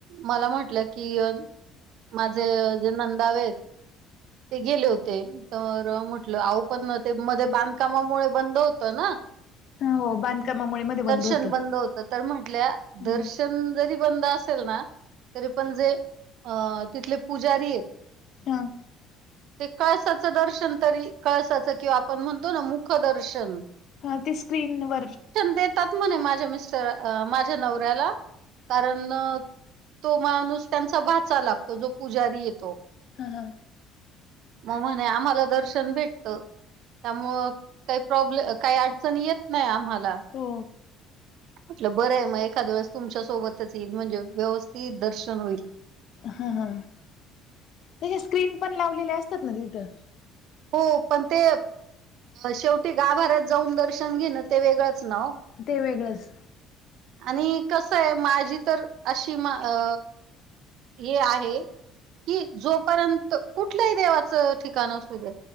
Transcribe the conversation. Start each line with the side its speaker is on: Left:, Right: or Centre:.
Right: मला म्हटलं की. माझे जे नंदावेत ते गेले होते तर म्हटलं आह पण ते मध्ये बांधकामामुळे बंद होत ना.
Left: हो बांधकामामुळे मध्ये बंद
Right: दर्शन
Left: होतं.
Right: बंद होत. तर म्हटल्या
Left: हम्म.
Right: दर्शन जरी बंद असेल ना. तरी पण जे अ तिथले पुजारी आहेत
Left: हा
Right: ते काळसाचं दर्शन तरी. कळसाच किंवा आपण म्हणतो ना मुखदर्शन.
Left: ह ते स्क्रीनवरर.
Right: देतात म्हणे माझ्या मिस्टरा माझ्या नवऱ्याला कारण तो माणूस त्यांचा भाचा लागतो जो पुजारी येतो.
Left: हा हां.
Right: मग म्हणे आम्हाला दर्शन भेटत त्यामुळ काही प्रॉब्लेम काय अडचण येत नाय आम्हाला.
Left: हो
Right: म्हटल बरं आहे मग एखाद वेळेस तुमच्या सोबतच येईल म्हणजे व्यवस्थित दर्शन होईल.
Left: हा हा त्याज्या स्क्रीन पण लावलेल्या असतात ना तिथं?
Right: हो पण ते शेवटी गाभऱ्यात जाऊन दर्शन घेणं ते वेगळंच ना ओ?
Left: ते वेगळंच.
Right: आणि कसंय माझी तर अशी मा अ हे आहे की जोपर्यंत कुठल्याही देवाचं ठिकाण असूदे.